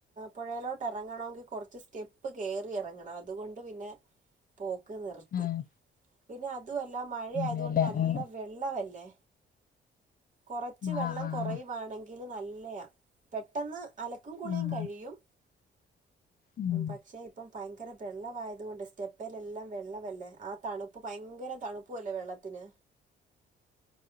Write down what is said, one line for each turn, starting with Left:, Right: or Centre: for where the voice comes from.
Right: പുഴയിലോട്ട് ഇറങ്ങണമെങ്കിൽ കുറച്ച് സ്റ്റെപ്പ് കയറി ഇറങ്ങണം അതുകൊണ്ട് പിന്നെ പോക്ക് നിർത്തി
Left: ആഹ്
Right: പിന്നെ അതുമല്ല മഴ
Left: അതെല്ലേ
Right: ആയതുകൊണ്ട് നല്ല
Left: ആഹ്
Right: വെള്ളമല്ലേ കുറച്ച് വെള്ളം
Left: ആഹ് ആഹ്
Right: കുറയുവാണെങ്കിൽ നല്ലയാ പെട്ടെന്ന് അലക്കും കുളിയും
Left: ആഹ്
Right: കഴിയും.
Left: ഉം
Right: പക്ഷെ ഇപ്പം ഭയങ്കര വെള്ളായത് കൊണ്ട് സ്റ്റെപ്പലെല്ലാം വെള്ളമല്ലേ ആ തണുപ്പ് ഇപ്പോ ഭയങ്കര തണുപ്പുവല്ലേ വെള്ളത്തിന്.